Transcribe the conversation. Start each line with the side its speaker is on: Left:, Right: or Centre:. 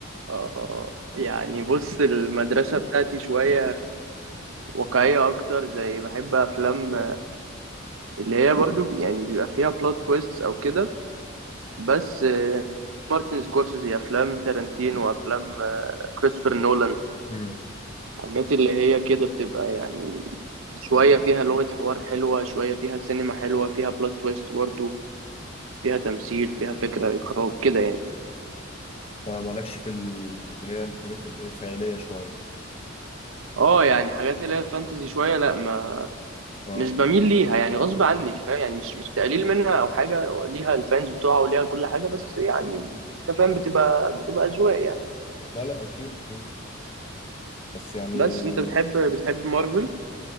Right: اه يعني بص المدرسه بتاعتي شويه واقعيه اكتر زي بحب افلام اللي هي برضو يعني بيبقى فيها بلوت تويست او كده بس آه، مارتن سكورسيزي افلام تارانتينو وافلام كريستوفر نولان
Left: مم.
Right: حاجات اللي هي كده بتبقى يعني شوية فيها لغة حوار حلوة شوية فيها سينما حلوة فيها بلوت تويست برضو فيها تمثيل فيها فكرة إخراج كده يعني
Left: فمالكش في ال- اللي هي الحاجات ال- الخيالية شوية
Right: اه يعني حاجات اللي هي الفانتزي شوية لا ما
Left: اه
Right: مش بميل
Left: اه
Right: ليها يعني غصب عني فاهم يعني مش مش تقليل منها أو حاجة ليها الفانز بتوعها وليها كل حاجة بس يعني أنت فاهم بتبقى بتبقى أذواق يعني
Left: لا لا أكيد أكيد بس يعني
Right: بس أنت بتحب بتحب مارفل